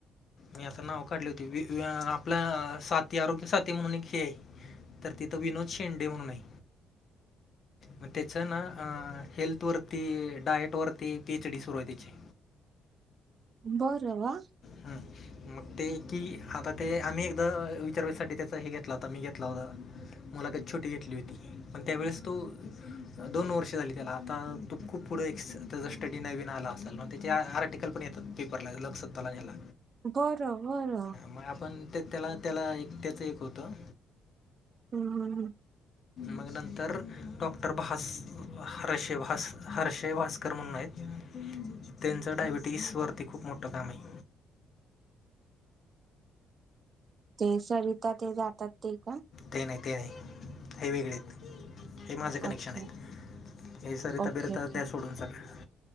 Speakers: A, on the left (about 50°); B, on the right (about 45°).
A: मी आता नाव काढली होती वि आ आपला साथी, आरोग्य साथी म्हणून एक खेळ आहे तर तिथं विनोद शेंडे म्हणून आहे. म त्याच ना हेल्थ वर ते डाएटवरती पी एच डी सुरू आहे त्याची.
B: बर व्वा!
A: हम्म. मग ते की, आता ते आम्ही एकदा विचारवया साठी त्याचा हे घेतला होता. मी घेतला होता. मुलाखत छोटी घेतली होती. पण त्यावेळेस तो, दोन वर्ष झाली त्याला आता तो खूप पुढं एकस त्याचा स्टडी नवीन आला असल ना त्याचे आर आर्टिकल पण येतात पेपरला लोकसत् ताला हेला
B: बरं बरं
A: मग आपण ते त्याला, त्याला एक त्याचं एक होतं.
B: हम् हम हम.
A: मग नंतर डॉक्टर भास, हर्षे भास, हर्षे भास्क कर म्हणून आहेत. त्यांचं डायबिटीसवरती खूप मोठं काम आहे.
B: ते सविता ते जातात ते का?
A: ते नाही, ते नाही, हे वेगळेत. हे माझ कनेक्शन
B: ओके
A: आहेत. हे सरता
B: ओके
A: बिरीता
B: ओके
A: दया सोडून सगळ्या.